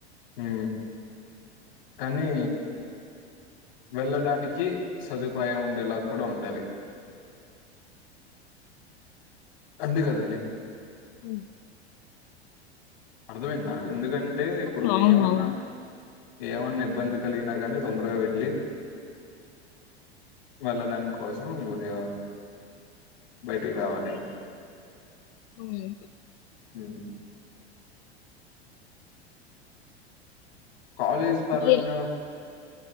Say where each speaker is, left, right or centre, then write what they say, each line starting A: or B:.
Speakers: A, on the left; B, on the left.
A: హు కానీ వెళ్ళడానికి సదుపాయం ఉండేలా కూడా ఉండాలి అంతే కదండి
B: ఉ
A: అర్థమైందా ఎందుకన్ టే ఇప్పుడు
B: అవును. అవునవును.
A: ఏమన్నా ఏవన్నా ఇబ్బంది కలిగినా గాని తొందరగా వెళ్ళి వెళ్ళడం కోసం ఉదయం బయటికి రావాలే
B: అవును
A: ఉ కాలేజ్ పరంగా
B: ఏ